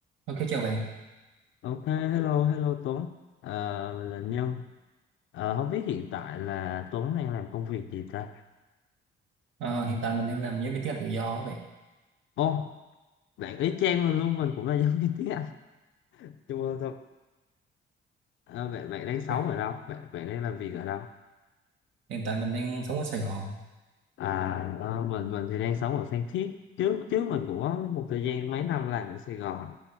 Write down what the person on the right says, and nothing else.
Ok chào bạn.
Ờ, hiện tại mình đang làm giáo viên tiếng Anh tự do á bạn.
Ok.
Hiện tại mình đang sống ở Sài Gòn.